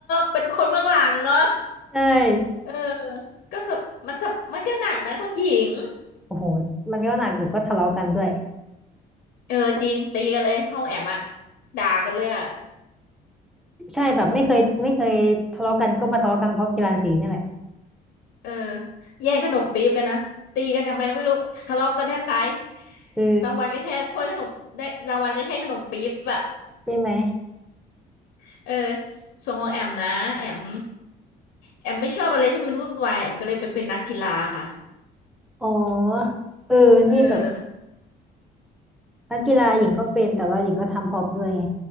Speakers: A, on the left; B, in the centre.
A: เป็นคนเบื้องหลังเนาะ
B: ใช่
A: เออก็สับมันสับมันก็หนักนะคุณหญิง
B: โอ้โหมันก็หนักอยู่ก็ทะเลาะกันด้วย
A: เออจริงตีกันเลยห้องแอมอะ
B: เพราะ
A: ด่ากันเลยอะ
B: ใช่แบบไม่เคยไม่เคยทะเลาะกันก็มาทะเลาะกันเพราะกีฬาสีนี่แหละ
A: เออแย่งขนมปี๊บกันนะตีกันทำไมก็ไม่รู้ทะเลาะกันแทบตาย
B: คือ
A: รางวัลก็แค่ถ้วยขนมได้รางวัลก็แค่ขนมปี๊บอะ
B: ใช่ไหม
A: <laughs> เออส่วนของแอมนะแอมแอมไม่ชอบอะไรที่มันวุ่นวายแอมก็เลยไปเป็นนักกีฬาค่ะ
B: อ๋อเออนี่แบบ
A: เออ
B: นักกีฬาหญิงก็เป็นแต่ว่าหญิงก็ทำพร็อพด้วยไง